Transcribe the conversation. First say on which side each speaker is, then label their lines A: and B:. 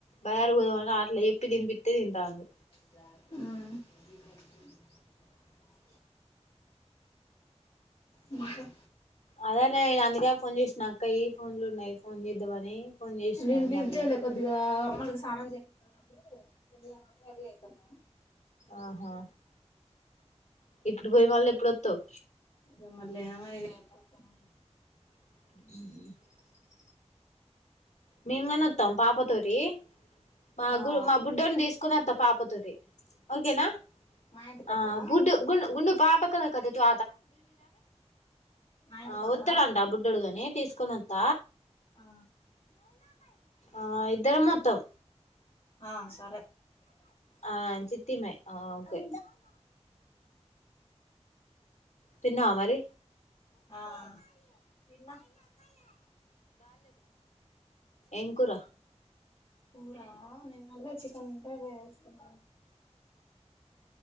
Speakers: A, on the left; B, on the left.
A: బయాలుకు పోదామని అట్లా ఏప్పి తినిపితె తింతాండూ
B: హు ఇంకా
A: అదే నే అందుకే ఫోన్ చేసిన అక్కయ ఫోన్లు ఉన్నాయి ఫోన్ చేద్దామని ఫోన్ చేసినా
B: నిను
A: ఇందాకలా
B: లిఫ్ట్ చేయాలె కొద్దిగా ఆగం మిమ్మకి స్నానం చేపిస్తున్నప్పుడు రెడీ అవుతున్నాము
A: ఆహా ఇప్పుడు పోయి మళ్ళ ఎప్పుడు వత్తావు
B: ఇగ మళ్ళ ఏమో ఇగ ఎప్పుడోతానో
A: అ మేము కనొతం పాప తోటి మా
B: ఆ
A: గు మా బుడ్డోన్ని తీస్ కూనోత పాపతోటి ఓకేనా
B: సరే మా ఇంటికి
A: ఆ
B: వత్తరా
A: బుడ్డు గు గుండ్
B: మా ఇంటికి
A: ఆ
B: వత్తరా
A: ఒత్తడంట బుడ్డోడుగాని తీసుకొని నోత్త
B: ఆ
A: ఆ ఇద్దరమొత్తం
B: ఆ సరే
A: ఆ చితిీమై ఆ ఓకే తిన్నవ మరి
B: ఆ తిన్న
A: ఎం కూరా
B: కురా నిన్నటిదే చికెన్ ఉంటే వేసుకున్న